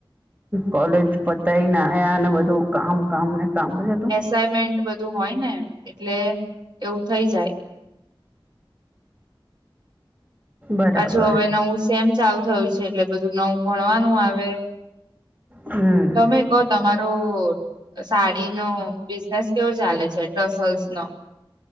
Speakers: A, on the right; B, on the right.
A: કોલેજ પતાય ને આયા અને બધું કામ કામ ને કામ જ હતું.
B: પૅ મેન્ટ બધું હોય ને એટલે એવું થઈ જાય.
A: બરાબર
B: પાછુ હવે નવું સેમ ચાલુ થયું છે એટલે બધું નવું ભણવાનું આવે.
A: હમ.
B: તમે કહો તમારો સાડી નો બિઝનેસ કેવો ચાલે છે કસલ્સ નો.